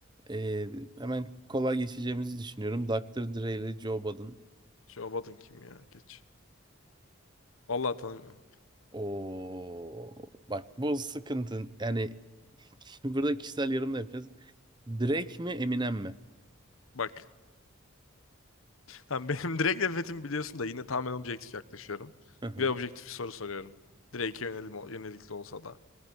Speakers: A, on the right; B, on the left.
A: E, hemen kolay geçeceğimizi düşünüyorum. Dr. Dre ile Joe Budden. <laughs>
B: Şobat'ın kim ya? Geç. Vallahi tanımıyorum.
A: O bak bu sıkıntı. Yani <laughs> burada kişisel yorum da yapacağız. Drake mi Eminem mi?
B: Bak. Tamam, benim <laughs> direkt nefretimi biliyorsun da yine tamamen objektif yaklaşıyorum.
A: Hı hı.
B: Ve objektif bir soru soruyorum. Drake'e yönelim, yönelikli olsa da.